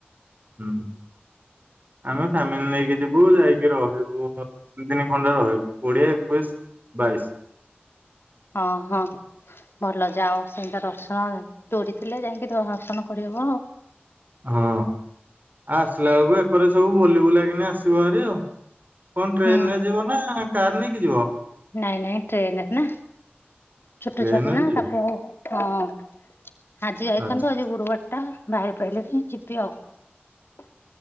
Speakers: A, on the right (about 45°); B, on the left (about 70°).
A: ହୁଁ। ଆମେ ଫ୍ୟାମିଲି ନେଇ ଇ ଯିବୁ ଯାଇକି ରହିବୁ। ପୁଅ ତିନି ଦିନି ଖଣ୍ଡେ ରହିବୁ କୋଡ଼ିଏ ଏକୋଇଶ ବାଇଶ।
B: ହଁ ହଁ ଭଲ ଯାଅ ସେନ୍ତିଆ ଦର୍ଶନ ଡୋରିଥିଲେ ଯାଇଁକି ଦର୍ଶନ କରିହବ ଆଉ
A: ହଁ ଆଉ ଆସିଲା ବେଳକୁ ଏକରେ ସବୁ ବୁଲି ବୁଲାକି କିନି ଆସିବ ଆରି ଆଉ କଣ ଟ୍ରେନରେ
B: ହୁଁ
A: ଯିବନା କାର୍ ନେଇକି ଯିବ?
B: ନାଇଁ ନାଇଁ ଟ୍ରେନରେ ନା ଛୋଟ
A: ଟ୍ରେନରେ
B: ଛୁଆଟା ନା
A: ଯିବ
B: ତାକୁ ଆଉ ଆଜି ଯାଇଥାନ୍ତୁ
A: ଆଚ୍ଛା
B: ଆଜି ଗୁରୁବାର ଟା ବାହାରି ପାଇଲିନି ଯିବି ଆଉ।